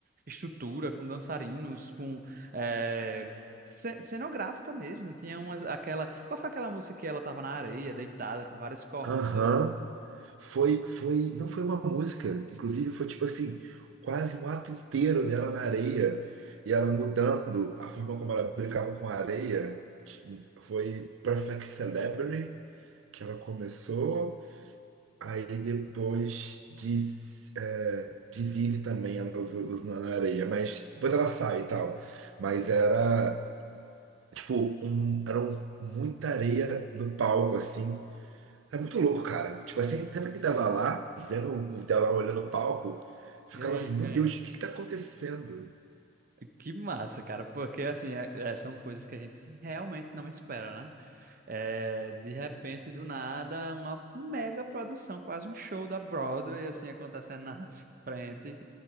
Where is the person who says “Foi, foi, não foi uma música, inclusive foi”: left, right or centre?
Right